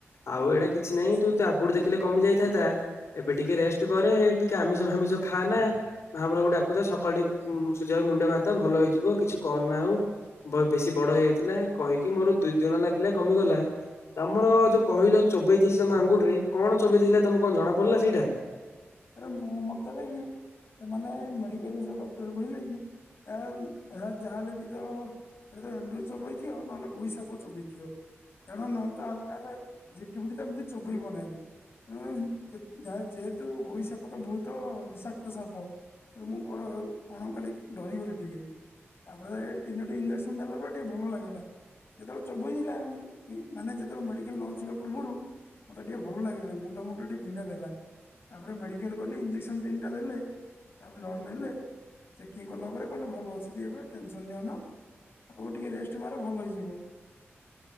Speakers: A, on the left; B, on the left.
A: ଆଉ ଏଇଟା କି ଛି
B: ଆଚ୍ଛା
A: ନାଇଁ ତୁ ତ ଆଗରୁ ଦେଖିଲେ କମି ଯାଇଥାନ୍ତା। ଏବେ ଟିକେ ରେଷ୍ଟ କରେ। ଟିକେ ଆମିଷ ଫାମିଷ ଖା ନା। ମହାପୁରୁ କୁ ଡାକୁଥା ସକାଳୁ ଟିକେ ଉ ସୂର୍ଯ୍ୟ ମୁଣ୍ଡିଆ ମାରୁଥା ଭଲ ହେଇଯିବ କିଛି କରନା ଆଉ। ବ ବେଶୀ ବଡ ହେଇ ଯାଇଥିଲା କହିକି ମୋର ଦୁଇ ଦିନ ଲାଗିଲା କମିଗଲା। ତମର ଯୋଉ କହିଲ ଚୋବେଇ ଦେଇଚି ତମ ଆଙ୍ଗୁଠିରେ କଣ ଚୋବେଇ ଥିଲା ତମର କଣ ଜଣା ପଡିଲା ସେଇଟା?
B: ରେ ମତ ଲାଗି କି ସେମାନେ ମେଡିକାଲ ଯୋଉ ଡକ୍ଟର କହିଲେ କି ଆ ଏହା ଯାହାଲେ ବି ତ ଏଇ ଟା ଏଣ୍ଡୁଅ ଚୋବେଇଥିବ ନହେଲେ ଗୁଇ ସାପ ଚୋବେଇଥିବ। ତେଣୁ ନହେଲେ ତ ଆଉ କାହାର ଝିଟିପିଟି ତ ଏମିତି ଚୋବେଇବ ନାହିଁ। ଉଁ ଯା ଯେହ ଯେହେତୁ ଗୋଇ ସାପ ତ ବହୁତ ବିଷାକ୍ତ ସାପ। ତ ମୁଁ କଣ କଣ କଲି କି ଡରିଗଲି ଟିକେ। ତାପରେ ଏଇଟି ତିନୋଟି ଇଞଜେକ୍ସନ ଦେଲା ପରେ ଟିକେ ଭଲ ଲାଗିଲା। ଯେତେବେଳେ ଚୋବେଇ ଦେଥିଲା ମାନେ ଯେତେବେଳେ ମେଡିକାଲ ନ ଯିବା ପୂର୍ବରୁ ମତେ ଟିକେ ଭଲ ଲାଗିଲାନି। ମୁଣ୍ଡ ଫୁଣ୍ଡ ଟିକେ ବିନ୍ଧାଇ ଦେଲା। ତାପରେ ମେଡ଼ିକାଲ ଗଲି, ଇଞ୍ଜେକ୍ସନ ତିନିଟା ଦେଲେ। ତାପରେ ବ୍ଲଡ ନେଲେ। ଚେକିଂ କଲା ପରେ କହିଲେ ଭଲ ଅଛନ୍ତି ଏବେ। ଟେନସନ ନିଅନା। ଆଉ ଟିକେ ରେଷ୍ଟ ମାର ଭଲ ହେଇଯିବ।